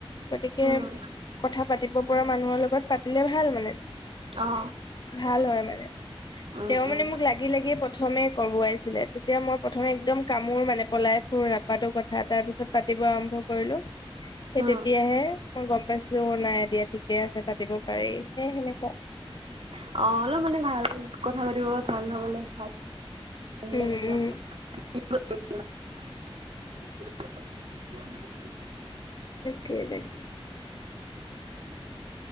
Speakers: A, on the left; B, on the right.
A: গতিকে
B: উম
A: কথা পাতিব পৰা মানুহৰ লগত লগত পাতিলে ভাল মানে।
B: অ
A: ভাল হয় মানে
B: উম
A: তেওঁ
B: উম
A: মানে মোক লাগি লাগিয় প্ৰ <unintelligible> প্ৰথমে কৰবাইছিলে, তেতিয়া মই প্ৰথমে একদম কামোৰ মানে পলাই ফুৰ নপাটো কথা তাৰপিছত পাতি- আৰম্ভ কৰিলো সেই
B: উম
A: তেতিয়াহে মই গম পাইছো নাই দিয়া ঠিকে আছে। পাতিব পাৰি সে সেনেুৱা
B: অ অলপ মানে ভাল কথা পাতিব ভাল হবলে ভাল <inaudible>
A: উম উম
B: <inaudible>
A: তাকে তাকে-